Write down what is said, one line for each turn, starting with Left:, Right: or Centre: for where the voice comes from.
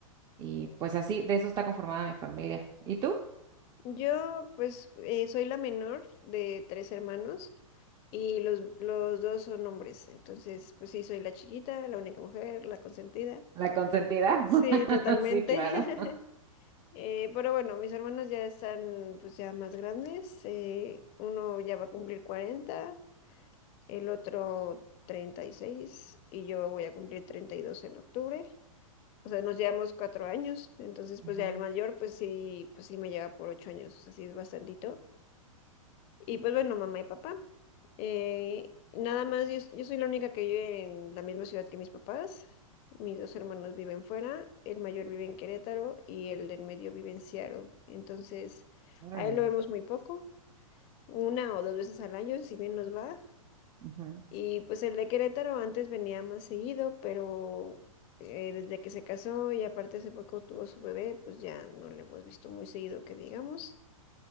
Right: y pues así, de eso está conformada mi familia. ¿Y tú?
Left: Yo pues eh, soy la menor de tres hermanos y los, los dos son hombres, entonces pues sí, soy la chiquita, la única mujer, la consentida.
Right: La consentida.
Left: Sí,
Right: <laughs>
Left: totalmente.
Right: Sí, claro.
Left: <laughs> Eh, pero bueno, mis hermanos ya están pues ya más grandes, eh, uno ya va a cumplir 40, el otro treinta y seis y yo voy a cumplir 32 en octubre. O sea, nos llevamos cuatro años, entonces pues
Right: Ujú.
Left: ya el mayor pues sí, pues sí me lleva por ocho años, o sea, sí es bastantito. Y pues bueno, mamá y papá. Eh, nada más, yo, yo soy la única que vive en la misma ciudad que mis papás. Mis dos hermanos viven fuera, el mayor vive en Querétaro y el del medio vive en Seattle. Entonces,
Right: Órale.
Left: a él lo vemos muy poco, una o dos veces al año, si bien nos va.
Right: Ujú.
Left: Y pues el de Querétaro antes venía más seguido, pero eh, desde que se casó y aparte hace poco tuvo su bebé, pues ya no le hemos visto muy seguido que digamos.